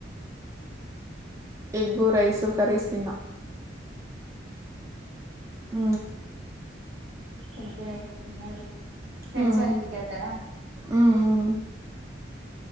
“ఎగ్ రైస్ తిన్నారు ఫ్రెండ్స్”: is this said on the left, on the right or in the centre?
Right